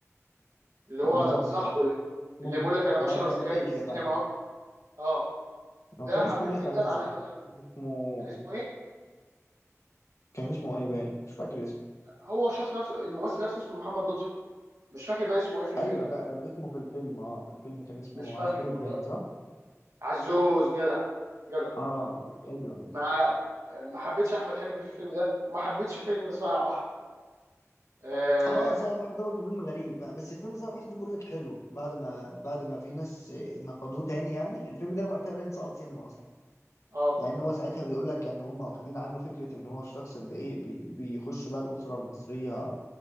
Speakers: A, on the right; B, on the left.
A: اللي هو
B: بالظبط
A: صاحبه
B: كده
A: اللي,
B: ممكن
A: اللي بيقول لك انا بشرب
B: انا في
A: سجاير
B: رايي
A: في
B: كده
A: السينما
B: فعلا
A: اهو اه
B: هو
A: ده
B: كان
A: حبيته
B: اسمه ايه
A: جدا
B: ساعتها
A: عن
B: صح
A: احمد حلمي
B: اسمه
A: كان اسمه ايه
B: كان اسمه ايه باين مش فاكر اسمه
A: هو الشخص نفسه الممثل نفسه اسمه محمد لطفي مش فاكر بقى اسمه ايه في الفيلم
B: ايوه لا اسمه في الفيلم اه في الفيلم كان اسمه
A: مش فاكر
B: عزوز
A: والله
B: باين صح
A: عزوز جدع جدع
B: اه ايوه ايوه
A: ما ما حبيتش احمد حلمي في الفيلم ده وما حبيتش فيلم صايع بحر اه,
B: اه ساعة بحر ده برضه فيلم غريب بقى بس الفيلم ساعة بحر ده بقول لك حلو بعد ما بعد ما في ناس نقدوه تاني يعني الفيلم ده وقتها باين سقط سينما اصلا
A: آه.
B: لان هو ساعتها بيقول لك ان هم واخدين عنه فكره ان هو الشخص اللي ايه بي بيخش بقى الاسره المصريه